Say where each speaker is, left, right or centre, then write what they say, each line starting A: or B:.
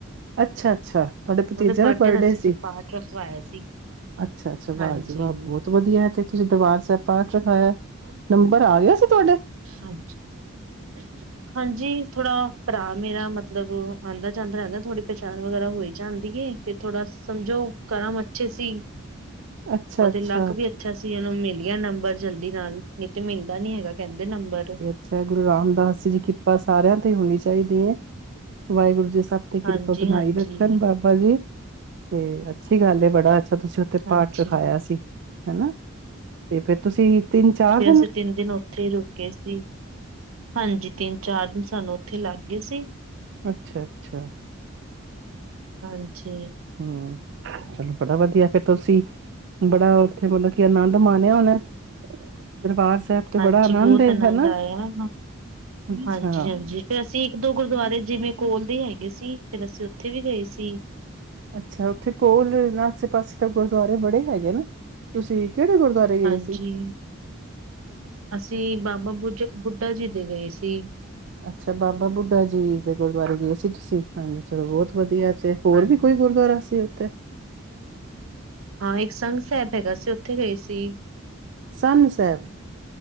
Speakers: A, on the right; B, on the right.
A: ਅੱਛਾ-ਅੱਛਾ, ਤੁਹਾਡੇ ਭਤੀਜੇ
B: ਉਹਦੇ
A: ਨਾ ਬਰਡੇ
B: ਦਾ ਅਸੀਂ
A: ਸੀ।
B: ਫਿਰ ਪਾਠ ਰਖਵਾਇਆ ਸੀ
A: ਅੱਛਾ-ਅੱਛਾ, ਵਾਹ
B: ਹਾਂਜੀ।
A: ਜੀ ਵਾਹ! ਬਹੁਤ ਵਧੀਆ ਏ ਤੇ, ਤੁਸੀ ਦਰਬਾਰ ਸਾਹਿਬ ਪਾਠ ਰਖਾਇਆ ਨੰਬਰ ਆਗਿਆ ਸੀ, ਤੁਹਾਡੇ?
B: ਹਾਂਜੀ। ਹਾਂਜੀ। ਥੋੜਾ ਭਰਾ ਮੇਰਾ ਮਤਲਬ ਆਂਦਾ-ਜਾਂਦਾ ਰਹਿੰਦਾ, ਥੋੜੀ ਪਹਿਚਾਣ ਵਗੈਰਾ ਹੋਈ ਜਾਂਦੀ ਏ। ਤੇ, ਥੋੜਾ ਸਮਝੋ ਕਰਮ ਅੱਛੇ ਸੀ
A: ਅੱਛਾ-ਅੱਛਾ
B: ਉਹਦੇ ਲੱਕ ਵੀ ਅੱਛਾ ਸੀ ਓਹਨੂੰ ਮਿਲਗਿਆ ਨੰਬਰ ਜਲਦੀ ਨਾਲ, ਨਹੀਂ ਤੇ ਮਿਲਦਾ ਨੀ ਹੈਗਾ ਕਹਿੰਦੇ ਨੰਬਰ।
A: ਅਛਾ ਗੁਰੂ ਰਾਮਦਾਸ ਜੀ ਦੀ ਕਿਰਪਾ ਸਾਰਿਆਂ ਤੇ ਈ ਹੋਣੀ ਚਾਹੀਦੀ ਏ, ਵਾਹਿਗੁਰੂ ਜੀ ਸਭ ਤੇ ਕਿਰਪਾ
B: ਹਾਂਜੀ
A: ਬਣਾਈ
B: ਹਾਂਜੀ
A: ਰੱਖਣ ਬਾਬਾ ਜੀ, ਤੇ ਅੱਛੀ ਗੱਲ ਏ, ਬੜਾ ਅੱਛਾ ਤੁਸੀ ਤੇ
B: ਹਾਂਜੀ
A: ਪਾਠ ਰੱਖਾਇਆ ਸੀ, ਹੈਨਾ ਤੇ ਫੇਰ ਤੁਸੀ ਤਿੰਨ-ਚਾਰ
B: ਅਸੀ ਤਿੰਨ ਦਿਨ ਉੱਥੇ ਹੀ ਰੁਕੇ ਸੀ। ਹਾਂਜੀ ਤਿੰਨ-ਚਾਰ ਦਿਨ ਸਾਨੂੰ ਉੱਥੇ ਲੱਗਗੇ ਸੀ।
A: ਅੱਛਾ-ਅੱਛਾ।
B: ਹਾਂਜੀ।
A: ਹੂੰ, ਚਲੋ ਬੜਾ ਵਧੀਆ ਫੇਰ ਤੁਸੀ ਬੜਾ ਉੱਥੇ ਮਤਲਬ ਕਿ ਅਨੰਦ ਮਾਣਿਆ ਹੋਣਾ, ਦਰਬਾਰ ਸਾਹਿਬ। ਤੇ
B: ਹਾਂਜੀ,
A: ਬੜਾ
B: ਬਹੁਤ
A: ਏ
B: ਆਨੰਦ
A: ਹਨਾ।
B: ਆਇਆ।
A: ਅੱਛਾ,
B: ਹਾਂਜੀ-ਹਾਂਜੀ। ਫੇਰ ਅਸੀਂ ਇੱਕ-ਦੋ ਗੁਰਦੁਆਰੇ, ਜਿਵੇਂ ਕੋਲਦੇ ਹੈਗੇ ਸੀ, ਫੇਰ ਅਸੀਂ ਉੱਥੇ ਵੀ ਗਏ ਸੀ‌।
A: ਅੱਛਾ ਉੱਥੇ ਕੋਲ, ਆਸੇ-ਪਾਸੇ ਤਾਂ ਗੁਰਦੁਆਰੇ ਬੜੇ ਹੈਗੇ ਨਾ, ਤੁਸੀ ਕਿਹੜੇ ਗੁਰਦੁਆਰੇ ਗਏ
B: ਹਾਂਜੀ
A: ਸੀ?
B: ਅਸੀਂ ਬਾਬਾ ਬੁਜਾ ਬੁੱਢਾ ਜੀ ਦੇ ਗਏ ਸੀ।
A: ਅੱਛਾ ਬਾਬਾ ਬੁੱਢਾ ਜੀ ਦੇ ਗੁਰਦੁਆਰੇ ਗਏ ਸੀ ਤੁਸੀਂ ਹਾਂਜੀ ਚਲੋ ਬਹੁਤ ਵਧੀਆ ਤੇ ਹੋਰ
B: ਹਾਂ
A: ਵੀ ਕੋਈ ਗੁਰਦੁਆਰਾ ਸੀ ਉੱਥੇ
B: ਹਾਂ ਇੱਕ ਸੰਘ ਸਾਹਿਬ ਹੈਗਾ ਸੀ ਉੱਥੇ ਗਏ ਸੀ।
A: ਸੰਨ ਸਾਹਿਬ